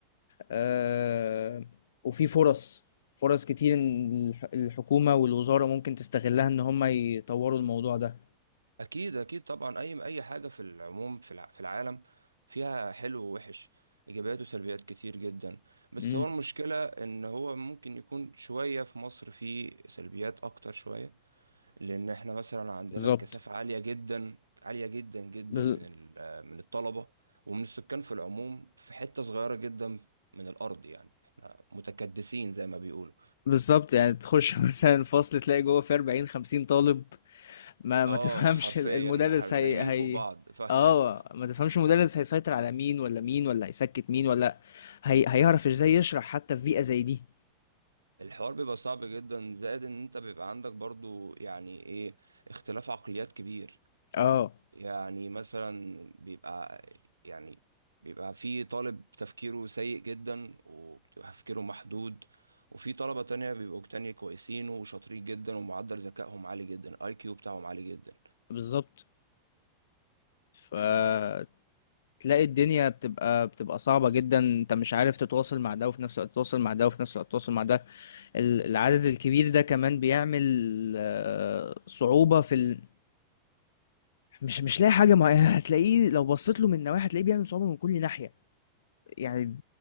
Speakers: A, on the left; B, on the right.
A: آه وفي فرص فرص كتير إن الح- الحكومة والوزارة ممكن تستغلها ان هم يطوروا الموضوع ده
B: اكيد اكيد طبعا اي اي حاجه في العموم في الع- في العالم فيها حلو ووحش ايجابيات وسلبيات كتير جدا بس
A: مم،
B: هو المشكله ان هو ممكن يكون شويه في مصر في سلبيات اكتر شويه لان احنا مثلا عندنا
A: بالظبط
B: كثافه عاليه جدا عاليه جدا جدا
A: بال-
B: من ال- من الطلبه ومن السكان في العموم في حته صغيره جدا من الارض يعني احنا متكدسين زي ما بيقولوا
A: بالظبط يعني تخش <laughs> مثلا الفصل تلاقي جوه في 40 50 طالب ما ما
B: اه
A: تفهمش
B: حرفيا
A: ال- المدرس
B: ح- نايمين
A: هي هي
B: فوق بعض ف <laughs>
A: اه ما تفهمش المدرس هيسيطر على مين ولا مين ولا هيسكت مين ولا هي هيعرف ازاي يشرح حتى في بيئة زي دي
B: الحوار بيبقى صعب جدا زائد ان انت بيبقى عندك برضو يعني ايه اختلاف عقليات كبير
A: اه
B: يعني مثلا بيبقى يعني بيبقى في طالب تفكيره سيء جدا وبتبقى تفكيره محدود وفي طلبة تانية بيبقوا تانية كويسين وشاطرين جدا ومعدل ذكائهم عالي جدا الاي كيو بتاعهم عالي جدا
A: بالظبط فتلاقي
B: ف
A: الدنيا بتبقى بتبقى صعبة جدا انت مش عارف تتواصل مع ده وفي نفس الوقت تتواصل مع ده وفي نفس الوقت تتواصل مع ده ال- العدد الكبير ده كمان بيعمل آه، صعوبة في ال... مش مش لاقي حاجه ما هتلاقيه لو بصيت له من نواحي هتلاقيه بيعمل صعوبه من كل ناحيه يعني